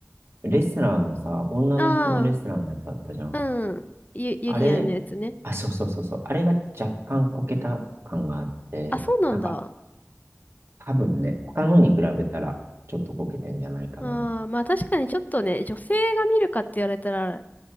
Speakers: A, on the right (about 55°); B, on the left (about 35°).
A: レスラーのさ、女の人のレスラーのやつあったじゃん。
B: ああ、うん。ゆ、ゆりやんのやつね。
A: あれ、あ、そうそうそうそう。あれが若干こけた感があって、
B: あ、そうなんだ。
A: なんか多分ね、他のに比べたらちょっとこけてんじゃないかな。
B: ああ、まあ確かにちょっとね、女性が見るかって言われたら、